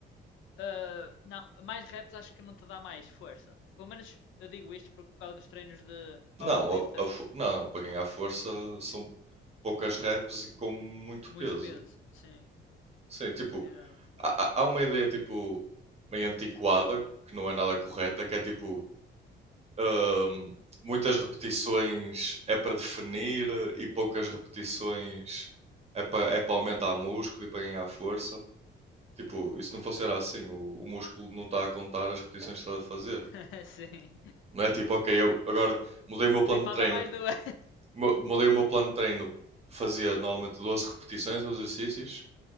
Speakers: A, on the left (about 80°); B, on the right (about 30°).
A: Ah, não, mais reps acho que não te dá mais força. Pelo menos eu digo isto por causa dos treinos de
B: Não,
A: powerlifters.
B: a- a fo- não, não, para ganhar força são poucas reps e com muito
A: Muito
B: peso.
A: peso, sim,
B: Sim, tipo,
A: exato.
B: há, há há uma ideia tipo meio antiquada que não é nada correta, que é tipo Ahm, muitas repetições é para definir e poucas repetições é para, é para aumentar músculo e para ganhar força. Tipo, e se não funcionar assim, o, o músculo não está a contar as repetições que está a fazer.
A: <laughs> sim.
B: Não é tipo, ok, eu agora mudei o meu plano
A: Ui,
B: de
A: falta
B: treino.
A: mais duas.
B: mu- Mudei o meu plano de treino, fazia normalmente 12 repetições os exercícios